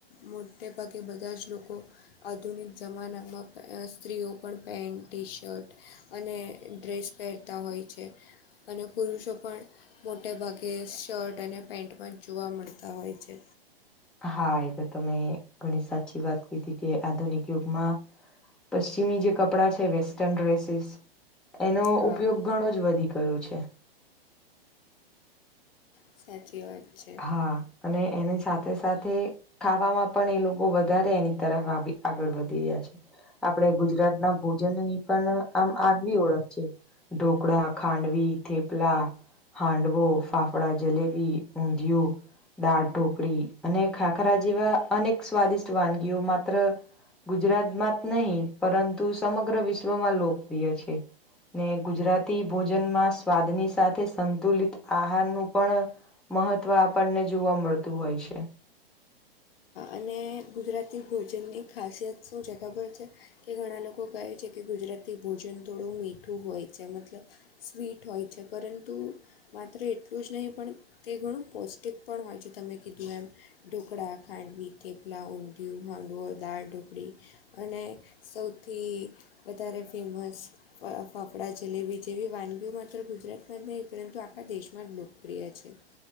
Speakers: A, on the left; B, in the centre.
A: મોટે ભાગે બધા જ લોકો આધુનિક જમાનામાં સ્ત્રીઓ પણ પેન્ટ ટી શર્ટ અને ડ્રેસ પહેરતા હોય છે. અને પુરુષો પણ મોટે ભાગે શર્ટ અને પેન્ટમાં જોવા મળતા હોય છે.
B: હા એ તો તમે ઘણી સાચી વાત કીધી કે આધુનિક યુગમાં પશ્ચિમી જે કપડાં છે વેસ્ટર્ન ડ્રેસીસ એનો
A: હા
B: ઉપયોગ ઘણો જ વધી ગયો છે.
A: સાચી વાત. છે
B: હા અને એની સાથે સાથે ખાવામાં પણ એ લોકો વધારે એની તરફ આવી આગળ વધી રહ્યા છે આપણે ગુજરાતના ભોજનની પણ આમ આગવી ઓળખ છે ઢોકળા ખાંડવી થેપલા હાંડવો ફાફડા જલેબી ઊંધિયું દાળ ઢોકળી અને ખાખરા જેવા અનેક સ્વાદિષ્ટ વાનગીઓ માત્ર ગુજરાતમાં જ નહી પરંતુ સમગ્ર વિશ્વમાં લોકપ્રિય છે. ને ગુજરાતી ભોજનમાં સ્વાદની સાથે સંતુલિત આહારનું પણ મહત્વ આપણને જોવા મળતું હોય છે.
A: અને ગુજરાતી ભોજનની ખાસિયત શું જગબર છે. કે ઘણા લોકો કહે છે કે ગુજરાતી ભોજન થોડું મીઠું હોય છે. મતલબ- સ્વીટ હોય છે પરંતુ- માત્ર એટલું જ નહીં પણ તે ઘણું પૌષ્ટિક પણ હોય છે તમે કીધું એમ ઢોકળા- ખાડવી થેપલા ઊંટયું હમાંડવો દાળ ઢોકળી- અને સૌથી વધારે ફેમસ- ફ ફફડાં જલેબી જેવી વાનગીઓ માત્ર ગુજરાતમાં જ નહીં પરંતુ આખા દેશમાં જ લોકપ્રિય છે.